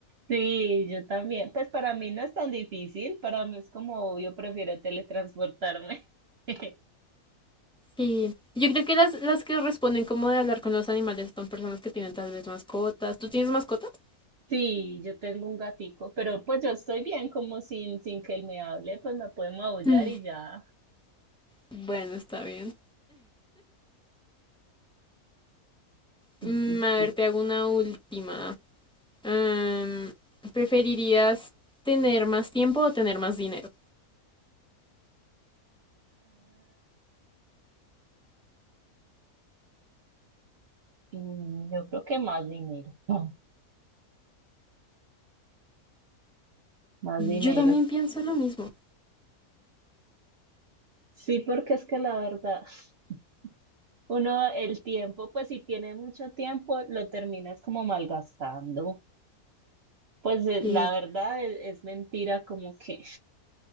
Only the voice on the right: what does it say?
Sí, yo también. Pues para mí no es tan difícil, para mí es como obvio, prefiero teletransportarme. <laughs>
Sí, yo tengo un gatico, pero pues yo estoy bien como sin, sin que él me hable, pues me puede maullar
y ya.
Sí,
sí,
sí.
Mm, Yo creo que más dinero, <laughs> más dinero.
Sí, porque es que la verdad, <laughs> uno el tiempo, pues si tiene mucho tiempo, lo terminas como malgastando. Pues eh,
la verdad es, es mentira, como que,